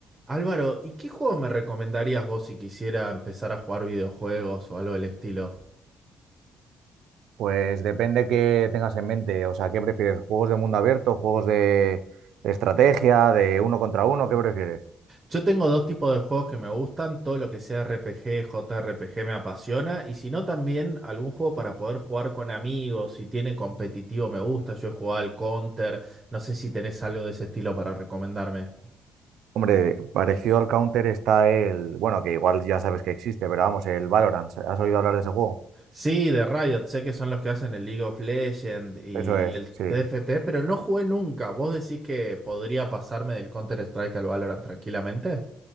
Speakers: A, on the right; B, on the right.
A: Álvaro, ¿y qué juego me recomendarías vos si quisiera empezar a jugar videojuegos o algo del estilo?
B: Pues depende qué tengas en mente. O sea, ¿qué prefieres? ¿Juegos de mundo abierto? ¿Juegos de estrategia? ¿De uno contra uno? ¿Qué prefieres?
A: Yo tengo dos tipos de juegos que me gustan, todo lo que sea RPG, JRPG me apasiona, y si no también algún juego para poder jugar con amigos, si tiene competitivo me gusta, yo he jugado al Counter, no sé si tenés algo de ese estilo para recomendarme.
B: Hombre, parecido al Counter está el, bueno, que igual ya sabes que existe, pero vamos, el Valorant. ¿Has oído hablar de ese juego?
A: Sí, de Riot, sé que son los que hacen el League of Legends y,
B: Eso es,
A: y el
B: sí.
A: TFT, pero no jugué nunca. ¿Vos decís que podría pasarme del Counter-Strike al Valorant tranquilamente?